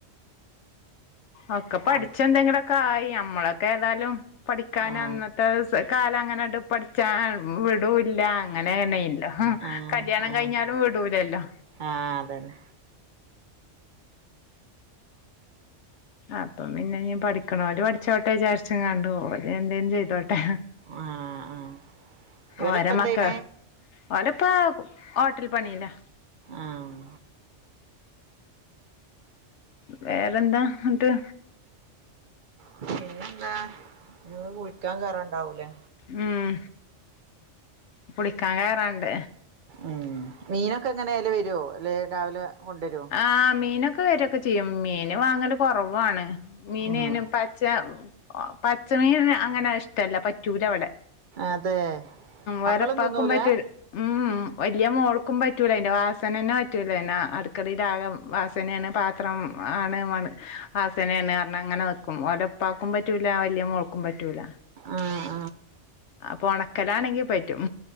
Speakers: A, on the left; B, on the right.
A: ഒക്കെ പഠിച്ച്
B: ആ
A: എന്തെങ്കിലൊക്കെ ആയി ഞമ്മളൊക്കെ ഏതായാലും പഠിക്കാൻ
B: ആ
A: അന്നത്തെ സാ കാലം അങ്ങനെട്ട് പഠിച്ചാൻ വിടുവില്ല അങ്ങനെ തന്നെയില്ല. ഉം
B: ആ
A: കല്യാണം
B: ആ
A: കഴിഞ്ഞാലും വിടൂലല്ലോ
B: ആ അതന്നെ
A: അപ്പം പിന്നെ ഇനി പഠിക്കണോര് പഠിച്ചോട്ടെ വിചാരിച്ചുകാണ്ട് എന്തേലും ചെയ്തോട്ടെ
B: ആ ആ ഇവലിപ്പ
A: ഓരെ
B: എന്താ
A: മക്കള്
B: ചെയ്യണേ
A: ഓലിപ്പോ ഹോട്ടൽ പണിയിലാ.
B: ആം
A: വേറെന്താ ന്നിട്ട്
B: പിന്നെന്താ നീ കുളിക്കാൻ കേറൊണ്ടാവൂലേ
A: ഉം കുളിക്കാൻ കേറാണ്ട്.
B: ഉം മീനൊക്കെ എങ്ങനെയാല് വരുവോ അല്ലെ രാവിലെ കൊണ്ടുവരുവോ.
A: ആഹ് മീനൊക്കെ വരൊക്കെ ചെയ്യും. മീൻ വാങ്ങല് കൊർവാണ്. മീനയ്ന്
B: ഉം
A: പ ച്ചാ പച്ചമീൻ അങ്ങനെ ഇഷ് ടല്ല. പറ്റൂല്ല ഇവടെ.
B: അതെ മക്കളും
A: വേറെ ഇപ്പാക്കും
B: തിന്നൂല
A: പറ്റൂൽ
B: ആ
A: ഉംഉം വല്യ മോൾക്കും പറ്റൂല്ല. അയ്ന്റെ വാസനെന്നെ പറ്റൂല്ല. പിന്നാ അട് ക്കളീലാകെ വാസനേണ് പാത്രം ആണ് മൺ വാസനേണ് പർണങ്ങങ്ങനെ നി ക്കും. ഓലെ പ്പാക്കും പറ്റൂല്ല വല്യെ മോൾക്കും പറ്റൂല്ല.
B: ആഹ്
A: അപ്പോ ഒണക്കലാണെങ്കി പറ്റും.